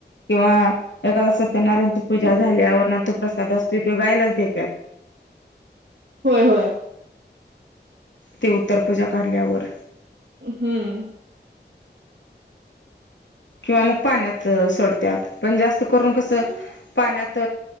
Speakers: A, on the left; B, on the right.
A: किंवा एखादा सत्यनारायणची पूजा झाल्यावर तो प्रसाद असतोय तो गायलाच देतात.
B: होय होय.
A: ते उत्तरपूजा काढल्यावर.
B: हम्म.
A: किंवा मग पाण्यात सोडत्यात पण जास्त करून कसं
B: हा
A: पाण्यात